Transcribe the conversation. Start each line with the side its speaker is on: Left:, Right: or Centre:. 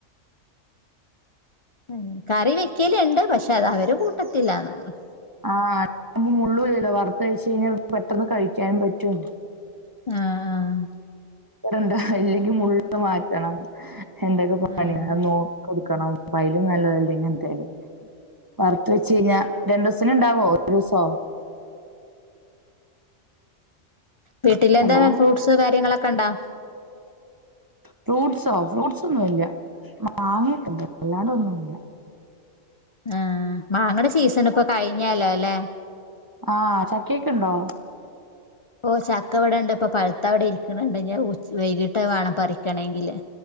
Left: അ കറി വെക്കലുണ്ട് പക്ഷെ അത് അവര് കൂട്ടത്തില്ലാന്നള്ളു
Right: ആഹ് അുമ്പ മുള്ളൂല്ലല്ലോ വറുത്ത കഴച്ച് കഴിഞ്ഞാൽ പെട്ടെന്ന് കഴിക്കാനും പറ്റും
Left: ആഹ ആഹ്
Right: ഇണ്ട ഇല്ലെങ്കിൽ മള്ള് മാറ്റണം എന്തൊക്കെ പണിയ
Left: ആഹ് ആഹ്
Right: നോക്കി കൊടുക്കണം പയലും നല്ലതല്ലേ ഇങ്ങന എന്തല്ല വറത്ത വെച്ച കഴിഞ്ഞാ രണ്ടു ദിവസന ഇണ്ടാവോ ഒരു ദിവസോ
Left: വീട്ടിലെന്താ
Right: ഹലോ
Left: ഫ്രൂട്ട്സ് കാര്യങ്ങളൊക്കെ ഉണ്ടാ
Right: ഫ്രൂട്ട്സോ ഫ്രൂട്ട്സൊന്നുമല്ല വാങ്ങിയിട്ടുണ്ട് അല്ലാണ്ട്ൊന്നുമല്ല
Left: ആഹ് മാങ്ങെടെ സീസണ് ഇപ്പൊ കഴിഞ്ഞാലോ അല്ലെ
Right: ആഹ് ചക്ക്യക്കെ ഇണ്ടോ
Left: ഓ ചക്ക ഇവിടെണ്ട് ഇപ്പൊ പഴുത്ത ഇവടെ ഇരിക്ക്ണ് ഇണ്ട്. ഞ ഹ് വൈകിട്ട് വാണം പറിക്കണെങ്കില്